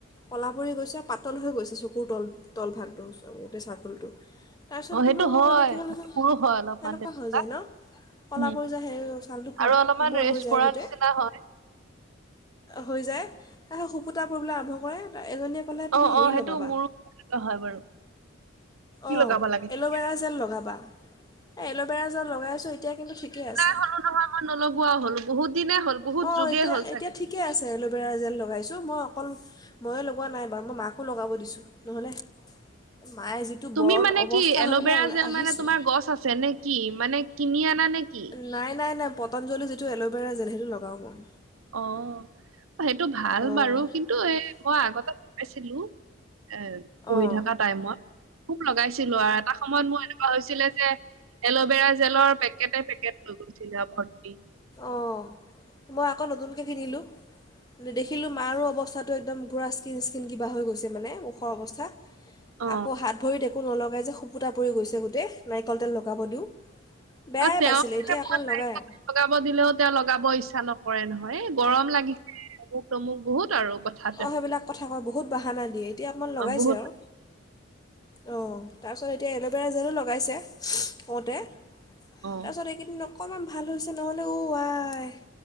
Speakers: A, on the left; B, on the right.
A: কলা পৰি গৈছে পাতল হৈ গৈছে চকুৰ তল তল ভাগটো গোটেই চাৰকলটো। তাৰপিছত
B: অ সেইটো
A: বোলো
B: হয়
A: এনেকে হ'লেচোন
B: সেইটো মোৰো হয় অলপমান
A: কেনেকুৱা
B: তেনেকুৱা
A: হৈ যায় ন' ক'লা
B: উম।
A: পৰি যায় সেই ছালটো
B: আৰু অলপমান
A: কোমল
B: ৰেষ্ট
A: হৈ যায়
B: পৰা
A: গোটেই,
B: নিচিনা হয়
A: হৈ যায়। সুকুতা পৰিবলৈ আৰম্ভ কৰে। এজনীয়ে ক'লে তুমি
B: অ',
A: হেৰি
B: অ, সেইটো
A: লগাবা
B: মোৰো <unintelligible> হয় বাৰু। কি
A: অ',
B: লগাব লাগে তেতিয়া?
A: এল'ভেৰা জেল লগাবা, এ এল'ভেৰা জেল লগাই আছোঁ ঠিকে
B: কিনা
A: আছে
B: হলো নহয় মই নলগোৱা হলো বহুত দিনে হ'ল বহুত
A: অ',
B: যুগে
A: এতিয়া-এতিয়া
B: হ'ল চাগে।
A: ঠিকে আছে এল'ভেৰা জেল। লগাইছো মই অকল মই লগোৱা নাই বাৰু মই মাকো লগাৱ দিছো নহলে, মায়ে যিটো
B: তুমি
A: বৰণ
B: মানে
A: অৱস্থা
B: কি এল'ভেৰা
A: হৈ পেলাই ওল-
B: জেল
A: আহিছে
B: মানে তোমাৰ গছ আছে নে কি? মানে কিনি আনা নে? কি?
A: নাই নাই নাই পটনজলি যিটো এল'ভেৰা জেল সেইটো লগাও মই।
B: অ'। সেইটো ভাল
A: অঁ
B: বাৰু কিন্তু এ মই আগতে আছিলো। এ পঢ়ি
A: অঁ
B: থকা টাইমত খুব লগাইছে ছিলো আৰু এটা সময়ত মোৰ এনেকুৱা হৈছিলে যে এল'ভেৰা জেলৰ পেকটে পেকেট জা <unintelligible>
A: অ'' মই আকৌ নতুনকৈ কিনিলোঁ দেখিলোঁ মাৰো অৱস্থাটো একদম পূৰা স্কিন স্কিন কিবা হৈ গৈছে মানে ওখৰ অৱস্থা
B: অ
A: আকৌ হাত ভৰিত একো নলগ লগাই যে সুপুতটা পৰি গৈছে গোটেই নাৰিকল তেল লগাব দিওঁ বেয়াই
B: অ তেওঁ
A: পাইছিলে
B: মাৰ <unintelligible>
A: এতিয়া অকণমান লগায় আৰু
B: লগাব দিলে এতিয়া লগাব ইচ্ছা নকৰে নহয়। হয় গৰম লাগিছে অমুক তমুক বহুত ত আৰু। কথাতে
A: অ'সেইবিলাক কথা কয় বহুত বাহানা দিয়ে এতিয়া অকমান লগাইছে
B: অ', বহুত
A: আৰু। অ' তাৰপিছত এতিয়া এল'ভেৰা যেনো লগাইছে কওঁতে।
B: অ
A: তাৰপিছত এইকেইদিন অকণমান ভাল হৈছে নহ'লে ঔ আই